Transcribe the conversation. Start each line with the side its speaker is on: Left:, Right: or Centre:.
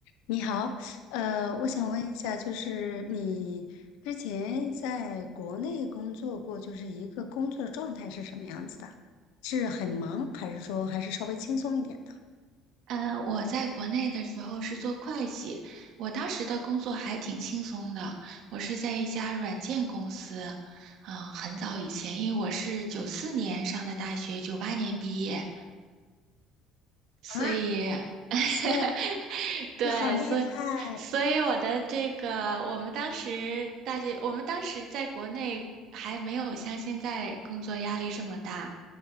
Left: 你好，呃，我想问一下，就是你之前在国内工作过，就是一个工作状态是什么样子的？是很忙，还是说还是稍微轻松一点的？
Right: 呃，我在国内的时候是做会计，我当时的工作还挺轻松的。我是在一家软件公司，嗯、很早以前，因为我是九四年上的大学，九八年毕业，所以，
Left: 啊，哇
Right: <laughs>
Left: 塞，
Right: 对，
Left: 你好厉害！
Right: 所以，所以我的这个，我们当时大学，我们当时在国内还没有像现在工作压力这么大，